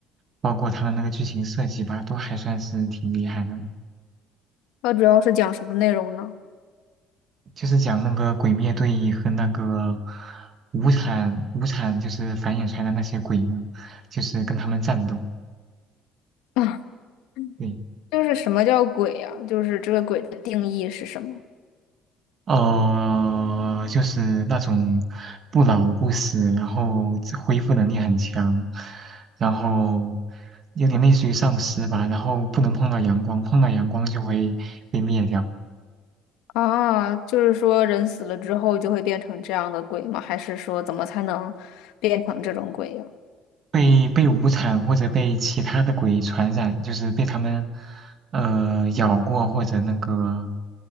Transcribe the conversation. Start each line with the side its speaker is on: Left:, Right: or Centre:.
Right: 包括他的那个剧情设计吧，都还算是挺厉害的。
Left: 它主要是讲什么内容呢？
Right: 就是讲那个鬼灭队和那个无惨无惨，就是繁衍出来的那些鬼嘛，就是跟他们战斗。
Left: <laughs>
Right: 对，
Left: 就是什么叫鬼呀、就是这个鬼的定义是什么
Right: 呃，就是那种不老不死，然后自恢复能力很强，然后有点类似于丧尸吧，然后不能碰到阳光，碰到阳光就会被灭掉，
Left: 啊？就是说人死了之后就会变成这样的鬼吗？还是说怎么才能变成这种鬼呀、
Right: 被被无惨或者被其他的鬼传染，就是被他们呃咬过或者那个